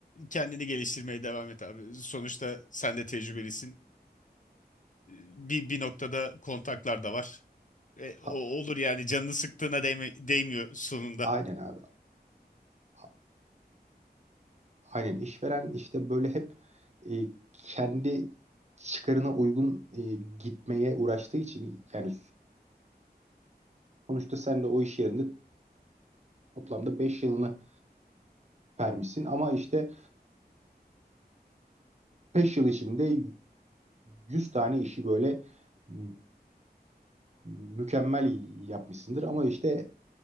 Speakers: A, on the left; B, on the right.
A: kendini geliştirmeye devam et abi. Sonuçta sen de tecrübelisin. Bir, bir noktada kontaklar da var. E, o
B: a-
A: olur yani canını sıktığına değme- değmiyor sonunda.
B: Aynen abi. A- Aynen işveren işte böyle hep e, kendi çıkarına uygun e, gitmeye uğraştığı için yani sonuçta sen de o iş yerinde toplamda 5 yılını vermişsin ama işte 5 yıl içinde 100 tane işi böyle mü- mükemmel yapmışsındır ama işte